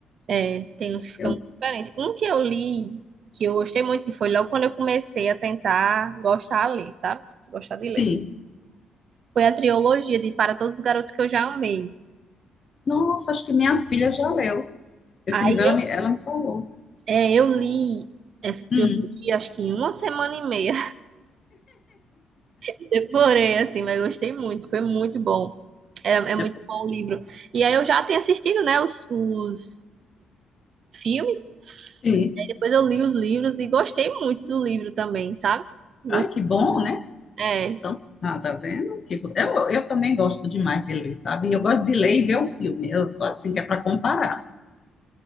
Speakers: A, on the right; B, on the left.
A: é, tem uns que ficam
B: Eu,
A: muito diferentes. Um que eu li, que eu gostei muito, que foi logo quando eu comecei a tentar gostar a ler, sabe? Gostar de ler.
B: sim.
A: Foi a trilogia de Para Todos os Garotos que eu já amei.
B: Nossa, acho que minha filha já leu. Esse
A: Aí
B: livro ela
A: eu,
B: me, ela me falou.
A: é, eu li essa trilogia,
B: Hum,
A: acho que em uma semana e meia. <laughs> Devorei, assim, mas eu gostei muito, foi muito bom. É, é muito
B: é,
A: bom o livro. E aí eu já tenho assistido, né, os, os filmes.
B: sim.
A: Aí depois eu li os livros e gostei muito do livro também, sabe? Gostei
B: Ai, que bom,
A: muito.
B: né?
A: É,
B: Então, ah, tá vendo? Que, co- eu, eu também gosto demais de ler, sabe? Eu gosto de ler e ver o filme. Eu sou assim, que é para comparar.